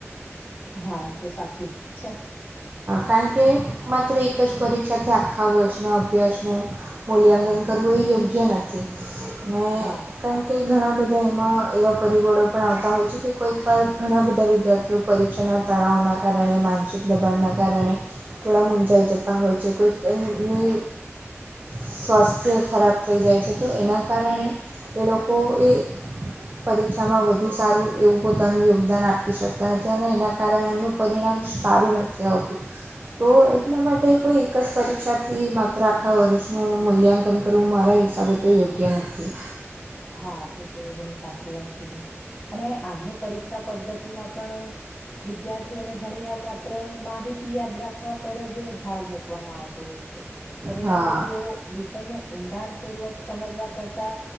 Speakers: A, on the left; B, on the right.
A: હા એ તો સાચી વાત છે.
B: કારણ કે માત્ર એક જ પરીક્ષાથી આખા વર્ષના અભ્યાસનું મૂલ્યાંકન કરવું એ યોગ્ય નથી ને
A: હા
B: કણ કે ઘણા બધા એમાં એવા પરિબળો પણ આવતા હોય છે કે કોઈકવાર ઘણા બધા વિદ્યાર્થી પરીક્ષાના તણાવના કારણે માનસિક દબ દબાડના કારણે થોડા મૂજાઈ જતા હોય છે કોઈ સ્વાસ્થ્ય ખરાબ થઈ જાય છે તો એના કારણે એ લોકો એ પરીક્ષામાં વધુ સારું એવું પોતાનું યોગદાન આપી શકતા નથી અને એના કારણે એમનું પરિણામ સારું નથી આવતું તો એટલા માટે કોઈ એક જ પરીક્ષાથી માત્ર આખા વર્ષનું મૂલ્યાંકન કરવું મારા હિસાબે તે યોગ્ય નથી
A: હા એ તો ઘણી સાચી વાત કીધી અને આજની પરીક્ષા પદ્ધતિ માં પણ વિદ્યાર્થીઓને ઘણી વાર માત્ર માહિતી યાદ રાખવા પર જ ભાર મૂક મુકવામાં આવતો હોય છે પરિણામે
B: હા
A: તેઓ વિષયને ઊંડાણ પૂર્વક સમજવા કરતા